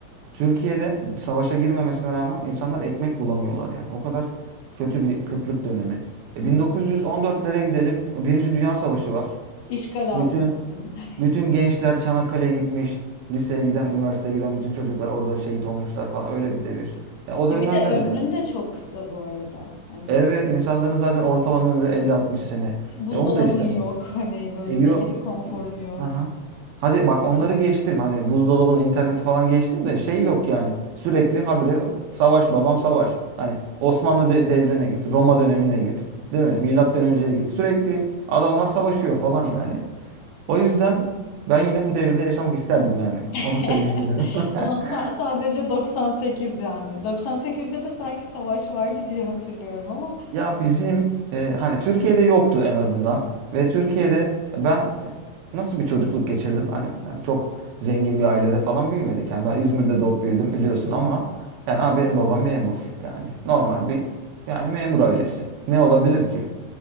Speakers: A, on the right (about 75°); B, on the left (about 65°).
A: Türkiye'de savaşa girmemesine rağmen insanlar ekmek bulamıyorlar yani. O kadar kötü bir kıtlık dönemi. E
B: Hı.
A: 1914'lere gidelim. Birinci Dünya Savaşı var.
B: İşgal altındasın.
A: Bütün
B: <laughs>
A: bütün gençler Çanakkale'ye gitmiş. Liseye giden, üniversiteye giden bütün çocuklar orada şehit olmuşlar falan. Öyle bir devir. Ya o dönemde
B: E bir de ömrün
A: de
B: de çok kısa bu arada. Hani
A: evet insanların zaten ortalama ömrü elli altmış sene.
B: buzdolabın
A: E onu da istemem.
B: yok, hani böyle
A: E yo...
B: belli bir konforun yok.
A: Aha. Hadi bak onları geçtim. Hani buzdolabının interneti falan geçtim de şey yok yani. Sürekli habire savaş babam savaş. Hani Osmanlı de- devrine git, Roma dönemine git. Değil mi? Milattan önceye git. Sürekli adamlar savaşıyor falan yani. O yüzden ben yine bu devirde yaşamak isterdim yani.
B: <laughs>
A: Onu söyleyebilirim. <laughs>
B: Ulan sa- sadece 98 yani. 98'de de sanki savaş vardı diye hatırlıyorum ama
A: Ya bizim e, hani Türkiye'de yoktu en azından ve Türkiye'de ben e, nasıl bir çocukluk geçirdim? Hani yani çok zengin bir ailede falan büyümedik. Yani ben İzmir'de doğup büyüdüm biliyorsun ama yani "Aa, benim babam memur. Yani normal bir yani memur ailesi. Ne olabilir ki?